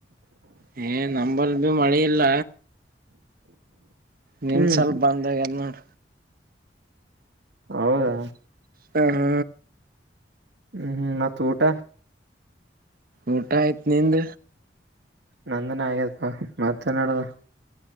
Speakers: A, on the right; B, on the right.
A: ಹಏ ನಂಬಲ್ಭಿ ಮಳೆೆಯಲ್ಲ ನಿನ್
B: ಹ್ಮ್
A: ಸ್ವಲ್ಪ ಬಂದ ಎದ ನೋಡ
B: ಹೌದಾ
A: ಹ ಹಾ
B: ಹ್ಮ್ ಹ್ಮ್ ಮತ್ತ ಊಟ
A: ಊಟ ಆಯ್ತ್ ನಿಂದ
B: ನಂದನ ಆಗ್ಯಪ್ಪಾ ಮತ್ತೆ ನಡ್ದ